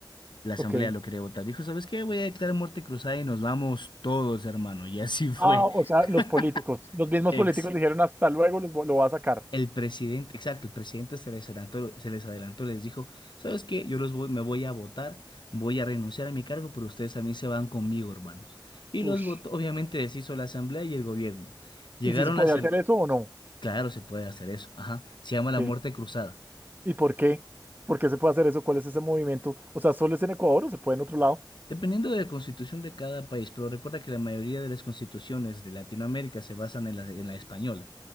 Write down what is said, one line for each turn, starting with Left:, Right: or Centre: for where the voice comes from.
Left: La asamblea
Right: Ok.
Left: lo quería votar. Dijo, ¿sabes qué? Voy a declarar muerte cruzada y nos vamos todos, hermano. Y así fue.
Right: Ah, o sea,
Left: <laughs>
Right: los políticos, los mismos
Left: Ex.
Right: políticos dijeron hasta luego, los vo- lo va a sacar.
Left: El presidente, exacto, el presidente se les adelantó, se les adelantó, les dijo, ¿sabes qué? Yo los voy, me voy a votar, voy a renunciar a mi cargo, pero ustedes a mí se van conmigo, hermanos. Y
Right: Ush.
Left: los votó, obviamente deshizo la asamblea y el gobierno. Llegaron
Right: ¿Y si se podía
Left: las...
Right: hacer
Left: el-
Right: eso o no?
Left: Claro, se puede hacer eso, ajá. Se llama
Right: ¿Qué?
Left: la muerte cruzada.
Right: ¿Y por qué? ¿Por qué se puede hacer eso? ¿Cuál es ese movimiento? O sea, ¿solo es en Ecuador o se puede en otro lado?
Left: Dependiendo de la constitución de cada país, pero recuerda que la mayoría de las constituciones de Latinoamérica se basan en la, en la española,